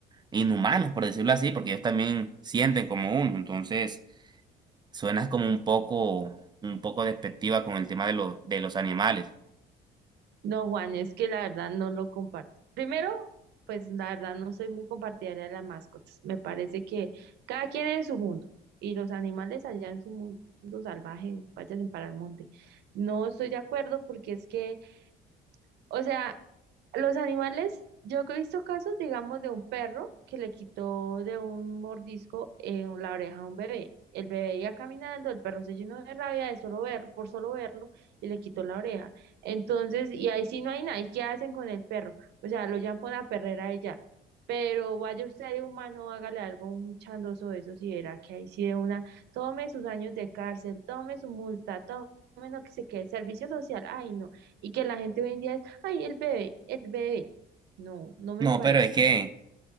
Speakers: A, on the right; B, on the right.
A: inhumanos, por decirlo así, porque ellos también sienten como uno, entonces... Suenas como un poco, un poco despectiva con el tema de los, de los animales.
B: No, Juan, es que la verdad no lo comparto. Primero, pues la verdad no soy muy compartidaria de las mascotas. Me parece que cada quien en su mundo y los animales allá en su mundo salvaje, vayan para el monte. No estoy de acuerdo porque es que, o sea, los animales, yo que he visto casos, digamos, de un perro que le quitó de un mordisco en la oreja a un bebé. El bebé iba caminando, el perro se llenó de rabia de solo ver, por solo verlo, y le quitó la oreja. Entonces, y ahí sí no hay nada. ¿Y qué hacen con el perro? O sea, lo llaman por la perrera ella. Pero vaya usted de humano, hágale algo, un chandoso de esos, y verá que ahí sí de una, tome sus años de cárcel, tome su multa, tome lo que se quede, servicio social, ay no. Y que la gente hoy en día es Ay, el bebé, el bebé. No, no me
A: No,
B: parece.
A: pero es que
B: No.